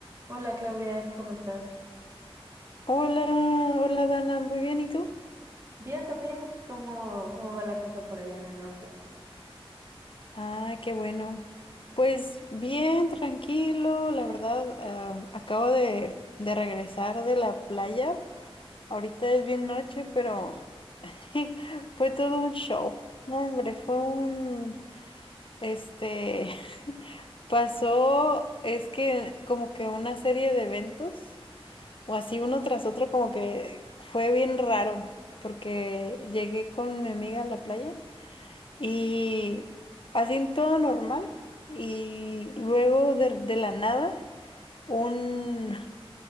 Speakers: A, on the right; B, on the left.
A: Hola Claudia, ¿cómo estás?
B: Hola, hola Dana, muy bien, ¿y tú?
A: Bien también. ¿Cómo, cómo va la cosa por allá en el norte?
B: Ah, qué bueno. Pues bien, tranquilo, la verdad, ah, acabo de, de regresar de la playa. Ahorita es bien noche, pero <laughs> fue todo un show. No, hombre, fue un, este, <laughs> pasó, es que como que una serie de eventos, o así uno tras otro, como que fue bien raro, porque llegué con mi amiga a la playa. y así todo normal. Y luego de, de la nada, un